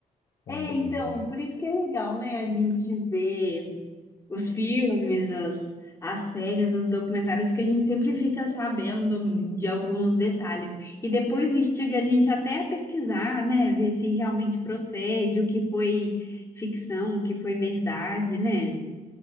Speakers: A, on the left; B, on the left.
A: É,
B: uma briga,
A: então,
B: né?
A: por isso que é legal, né, a gente ver. os filmes, as, as séries, os documentários, que a gente sempre fica sabendo de alguns detalhes. E depois instiga a gente até a pesquisar, né? Ver se realmente procede, o que foi ficção, o que foi verdade, né?